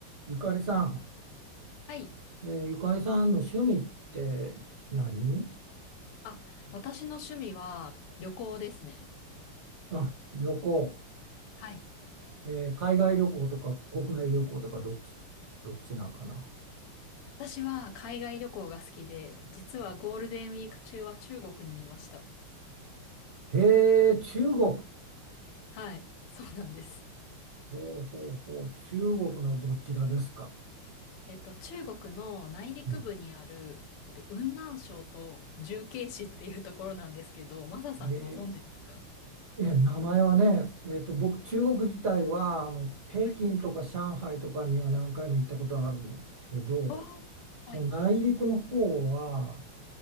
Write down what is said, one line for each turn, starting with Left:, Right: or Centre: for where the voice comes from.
Right: ゆかりさん、
Left: はい。
Right: えーゆかりさんの趣味って何
Left: あ、私の趣味は旅行ですね。
Right: あ、旅行、
Left: はい。
Right: えー海外旅行とか国内旅行とかどっち、どっちなんかな。
Left: 私は海外旅行が好きで、実はゴールデンウィーク中は中国にいました。
Right: へえ、中国。
Left: はい。そうなんです。
Right: ほうほうほう、中国のどちらですか。
Left: えっと、中国の内陸部にある、
Right: うん
Left: えっと、雲南省と重慶市っていうところなんですけど、マサさんご存知ですか
Right: へえ、え、名前はね、えーと、僕、中国自体はあの北京とか上海とかには何回も行ったことある
Left: はい
Right: けど、
Left: あー、はい。
Right: その内陸の方は、